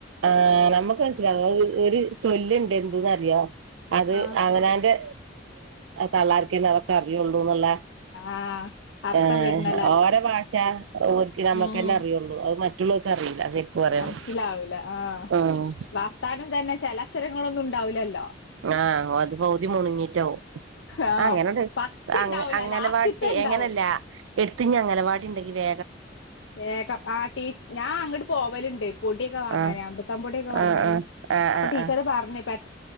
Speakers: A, on the right; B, on the left.
A: ആ നമുക്ക് മനസ്സിലാവും ഒരു ചൊല്ണ്ട് എന്ത്ന്ന്റിയോ അത്
B: ആഹ്
A: അവനാന്റെ തള്ളാർക്കന്നെ അതൊക്ക അറിയുള്ളൂ എന്നുള്ള
B: ആഹ് അർത്ഥം
A: ആ
B: വരുന്നല്ലേ
A: ഓര ഭാഷ ഒരിക്ക നമ്മുക്കന്നെ
B: ഉം
A: അറിയുള്ളൂ അത് മറ്റ നമ്മുക്ക് അറിയില്ല പറയാണെ
B: മനസ്സിലാവൂല ആഹ്
A: ഉം
B: വർത്താനം തന്നെ ചലക്ഷവരങ്ങളൊന്നും ഉണ്ടാവില്ലല്ലോ
A: ആഹ അത് പൗതി മുണങ്ങിട്ടാവവും
B: ആഹ്
A: അങ്ങനെണ്ട്
B: ഫസ്റ്റ്
A: അ
B: ഇണ്ടാവൂല
A: അങ്ങലവാടി
B: ലാസ്റ്റ്ത്തെ ഇണ്ടാവും
A: എങ്ങനല്ല എടുത്തി അങ്ങലവാടി ഉണ്ടെങ്കി ല്
B: ഏക്കം ആ ടീ ഞാൻ അങ്ങോട്ട് പോവലുണ്ട് പൊടിയൊക്കെ വാങ്ങാനേ
A: ആ
B: അമ്പൃത്താം പൊടിയൊക്കെ വാങ്ങാന്
A: ആഹ് ആഹ് ആഹ്
B: അപ്പൊ
A: ആഹ്
B: ടീച്ചറ്
A: ആഹ്
B: പറഞ്ഞ പ